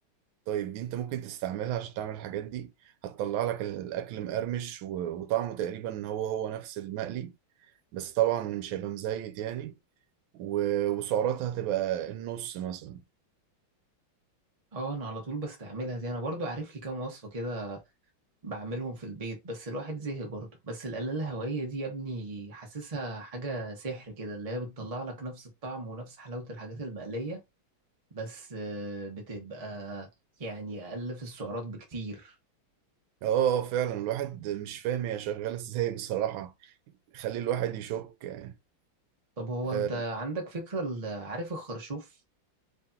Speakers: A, on the right; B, on the right.
A: طيب دي انت ممكن تستعملها عشان تعمل الحاجات دي هتطلع لك الاكل مقرمش و- وطعمه تقريبا هو هو نفس المقلي بس طبعا مش هيبقى مزيت يعني و- وسعراتها هتبقى النص مثلا
B: اه انا على طول بستعملها دي انا برضو عارف لي كام وصفة كده بعملهم في البيت بس الواحد زهق برضه بس القلاية الهوائية دي يا ابني حاسسها حاجة سحر كده اللي هي بتطلع لك نفس الطعم ونفس حلاوة الحاجات المقلية بس آه، بتبقى يعني أقل في السعرات بكتير
A: اه فعلا الواحد مش فاهم هي شغالة <laughs> ازاي بصراحة خلي الواحد يشك يعني
B: طب هو
A: آه،
B: أنت عندك فكرة ال- عارف الخرشوف